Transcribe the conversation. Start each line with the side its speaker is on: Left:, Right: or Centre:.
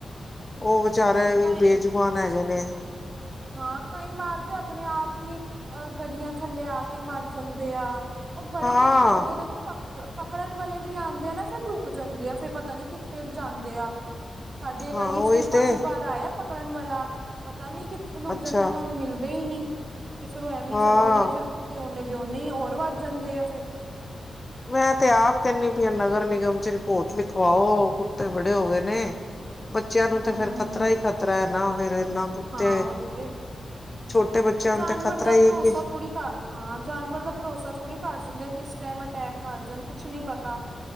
Left: ਉਹ ਵਿਚਾਰੇ
Right: ਕਈ
Left: ਵੀੇ ਜੁਬਾਨ ਹੈਗੇ ਨੇ।
Right: ਹਾਂ ਕਈ ਮਾਰ ਦੇ ਆਪਣੇ ਆਪ ਹੀ ਗੱਡੀਆਂ ਥੱਲੇ ਆ ਕੇ ਮਰ ਜਾਂਦੇ ਆ। ਉਹ ਬੜੇ
Left: ਹਾਂ
Right: ਕੁੱਤੇ ਹੋਏ ਦੇ ਦੇਖੋ ਪ ਪਕੜਨ ਵਾਲੇ ਵੀ ਆਉਂਦੇ ਆ ਨਾ ਫਿਰ ਲੁੱਕ ਜਾਂਦੇ ਆ ਫਿਰ ਪਤਾ ਨੀ ਕਿੱਥੇ ਜਾਂਦੇ ਆ। ਸਾਡੇ
Left: ਹਾਂ
Right: ਗਲੀ ਚ
Left: ਉਹੀ
Right: ਵੀ
Left: ਤੇ
Right: ਕਾਫ਼ੀ ਵਾਰ ਆਇਆ ਪਕੜਨ ਵਾਲਾ ਪਤਾ ਨੀ ਕਿ ਜਿੱਥੇ ਲੋਕ
Left: ਅੱਛਾ
Right: ਜਾਂਦੇ ਆ ਉਹਨਾ ਨੂੰ ਮਿਲਦੇ ਹੀ ਨੀ ਤੇ ਫਿਰ ਉਹ ਐਵੇਂ
Left: ਹਾਂ
Right: ਹੀ ਚਲੇ ਜਾਂਦੇ ਆ ਫਿਰ ਤੇ ਉਨੇ ਦੇ ਉਨੇ ਹੀ ਹੋਰ ਵੱਜ ਜਾਂਦੇ ਆ ਫਿਰ
Left: ਮੈਂ ਤੇ ਆਪ ਕਹਿੰਦੀ ਪਈ ਆ ਨਗਰ ਨਿਗਮ ਚ ਰਿਪੋਰਟ ਲਿਖਵਾਓ ਕੁੱਤੇ ਬੜੇ ਹੋ ਗਏ ਨੇ। ਬੱਚਿਆਂ ਨੂੰ
Right: ਹੂੰ-ਹੂੰ
Left: ਤੇ ਫਿਰ ਖ਼ਤਰਾ ਹੀ ਖ਼ਤਰਾ ਹੈ ਨਾ ਫਿਰ ਇਨਾ ਕੁੱਤੇ
Right: ਹਾਂ ਉਹੀ ਤੇ
Left: ਛੋਟੇ ਬੱਚਿਆਂ
Right: ਜਾਨਵਰ
Left: ਨੂੰ ਤੇ ਖ਼ਤਰਾ
Right: ਦਾ
Left: ਹੀ
Right: ਭਰੋਸਾ
Left: ਹੈ ਕਿ
Right: ਥੋੜ੍ਹੀ ਹਾਂ ਜਾਨਵਰ ਦਾ ਭਰੋਸਾ ਥੋੜੀ ਕਰ ਸਕਦੇ ਹਾਂ ਕਿਸ ਟਾਈਮ ਅਟੈਕ ਕਰ ਜਾਣ ਕੁਛ ਨੀ ਪਤਾ।